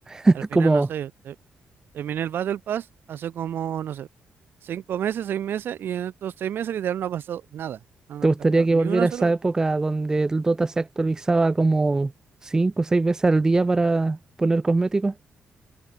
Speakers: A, on the right (about 15°); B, on the right (about 70°).
A: <laughs>
B: al final,
A: como,
B: no sé, te- terminé el Battle Pass hace como, no sé, cinco meses, seis meses, y en estos seis meses literal no ha pasado nada. No
A: ¿te
B: ha
A: gustaría
B: cambiado
A: que
B: ni
A: volviera
B: una sola
A: a esa
B: cuestión.
A: época donde el Dota se actualizaba como cinco o seis veces al día para poner cosméticos?